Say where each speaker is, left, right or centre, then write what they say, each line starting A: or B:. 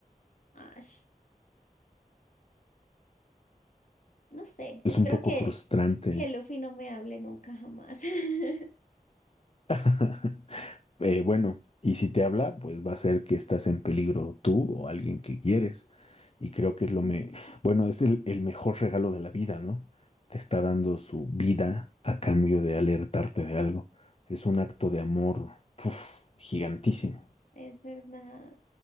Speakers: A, on the left (about 55°); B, on the left (about 40°).
A: Ay. No sé,
B: Es
A: espero
B: un poco
A: que,
B: frustrante.
A: que Luffy no me hable nunca jamás. <laughs>
B: <laughs> Eh, bueno, y si te habla, pues va a ser que estás en peligro tú o alguien que quieres. Y creo que es lo
A: Mm,
B: me, bueno, es el, el mejor regalo de la vida, ¿no? Te está dando su vida a cambio de alertarte de algo. Es un acto de amor, uf, gigantísimo.
A: Es verdad.